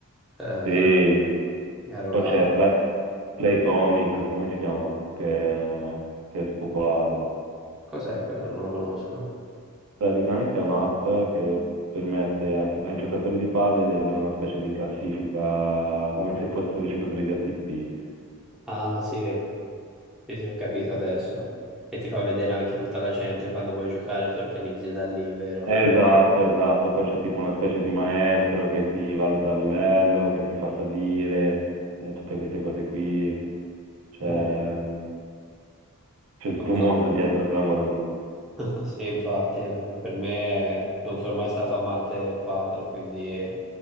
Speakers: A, in the centre; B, on the right.
A: Eh,
B: Sì.
A: che ero
B: Poi
A: là.
B: c'è Play, Playtomic, come si chiama? Che, che è spopolato.
A: Cos'è quello? Non lo conosco.
B: Praticamente è un'app che permette a chi- ai giocatori di padel di avere una specie di classifica come se fossero dei giocatori di ATP.
A: Ah, sì, sì, sì, ho capito adesso. E ti fa vedere anche tutta la gente quando vuoi giocare, ti organizzi da lì, vero?
B: Esatto, esatto. Poi c'è tipo una specie di maestro che ti valuta a livello, che ti fa salire, eh, tutte queste cose qui. C'è
A: Boh, non
B: c'è tutto
A: lo
B: un
A: so.
B: mondo dietro clamoroso.
A: <laughs> Sì, infatti, eh, per me non sono mai stato amante del padel, quindi eh,